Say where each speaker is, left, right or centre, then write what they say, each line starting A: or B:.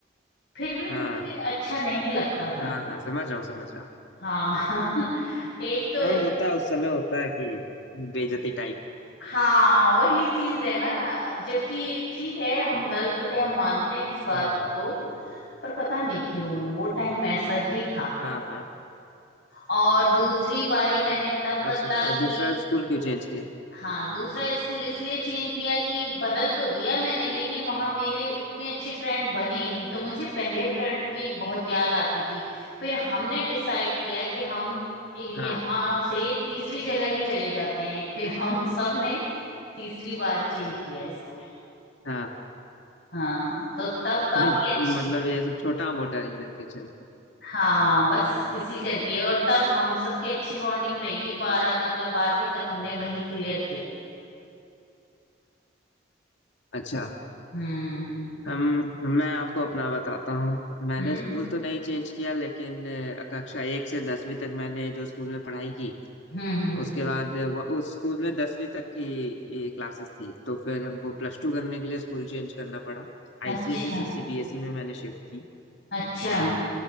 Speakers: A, on the left; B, on the left.
A: फिर भी
B: हाँ
A: मुझे अच्छा नहीं लगता था
B: हाँ हाँ समझ रहा हूँ समझ रहा हूँ
A: हाँ <laughs> एक तो
B: हाँ होता है उस समय होता है कि बेइज्जती टाइप
A: हाँ वही चीज है ना जबकि ठीक है हम गलत थे हम मानते हैं इस बात
B: अच्छा
A: को पर पता नहीं क्यों वो टाइम ऐसा ही था
B: हाँ हाँ
A: और दूसरी बारी मैंने तब बदला
B: अच्छा
A: कि
B: और दूसरा स्कूल क्यों चेंज किया
A: हाँ दूसरा स्कूल इसलिए चेंज किया कि बदल तो दिया मैंने लेकिन वहां मेरे उतने अच्छे फ्रेंड बने नहीं तो मुझे पहले फ्रेंड की बहुत याद आती थी फिर हमने डिसाइड किया कि हम यहाँ
B: हाँ
A: से तीसरी जगह ही चले जाते हैं फिर हम सब ने तीसरी बार चेंज किया स्कूल
B: हाँ
A: हाँ तो तब काफी
B: <laughs>
A: अच्छी
B: मतलब ये सब छोटा मोटा रीजन क्यों चेंज किया
A: हाँ बस इसी करके और तब हम सबकी अच्छी बॉन्डिंग रहेगी बारह मतलब बारहवीं तक हमने वही क्लियर किया
B: अच्छा
A: हम्म
B: हम मैं आपको अपना बताता हूँ मैंने
A: हम्म
B: स्कूल तो नहीं चेंज किया लेकिन अ, कक्षा एक से दसवीं तक मैंने जो स्कूल में पढ़ाई की
A: हम्म हम्म
B: उसके बाद वह- उस स्कूल में दसवीं तक की क्लासेस थी तो फिर हमको प्लस टू करने के लिए स्कूल चेंज करना पड़ा आईसीएसई
A: अच्छा
B: से सीबीएसई में मैंने शिफ्ट की
A: अच्छा
B: हाँ